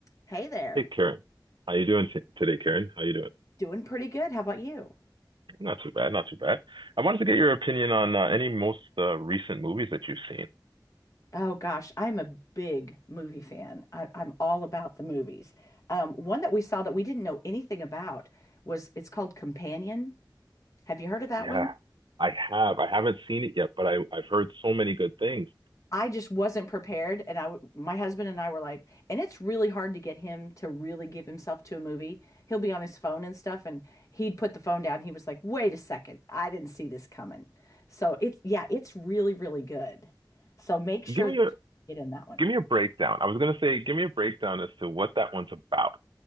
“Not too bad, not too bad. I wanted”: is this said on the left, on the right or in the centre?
Right